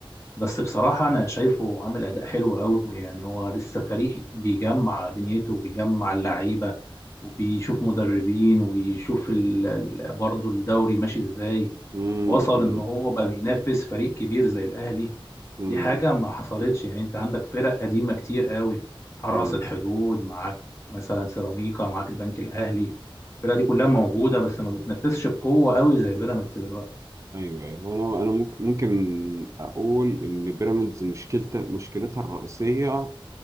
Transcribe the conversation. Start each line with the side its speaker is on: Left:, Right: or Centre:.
Left: بس بصراحة أنا شايفه عامل أداء حلو أوي يعني هو لسه فريق بيجمع دنيته وبيجمع اللعيبة وبيشوف مدربين وبيشوف ال... ال... برضه الدوري ماشي إزاي
Right: امم
Left: وصل
Right: امم
Left: إن هو بقى بينافس فريق كبير زي الأهلي
Right: امم
Left: دي حاجة ما حصلتش يعني أنت عندك فرق قديمة كتير أوي حرس
Right: أمم.
Left: الحدود معاك مثلا سيراميكا معاك البنك الأهلي الفرق دي كلها موجودة بس ما بتنافسش بقوة أوي زي بيراميدز دلوقتي
Right: ايوه ايوه انا انا ممكن ممكن اقول ان بيراميدز مشكلتها مشكلتها الرئيسية